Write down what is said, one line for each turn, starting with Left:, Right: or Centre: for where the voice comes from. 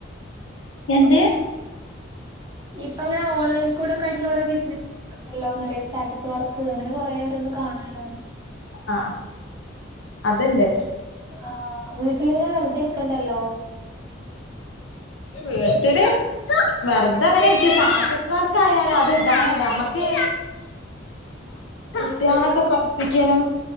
Left: എന്ത്
Right: ഇപ്പംങ്ങനെ ഓൺലൈൻ കൂടെക്കായിട്ടുള്ള ഓരോ ബിനസ്സ് ല്ലോ നെറെ സ്റ്റാറ്റസ് വർ ക്ക്ങ്ങനെ കൊറെ ഓരോന്ന് കാണല്ലോ
Left: ആഹ് അഹ് അതല്ലെ
Right: ആഹ് വീട്ടിലിങ്ങനെ വെറുതെ ഇരിക്കണ്ടല്ലോ
Left: വീട്ടില് വെറതെങ്ങനെ ഇരിക്കും സാറ്റസ് വർക്കായാൽ അത് ഇടാനല്ല മ്മക്ക് കുട്ടിയാളക്കെ
Right: ഏ
Left: പഠിപ്പിക്കലും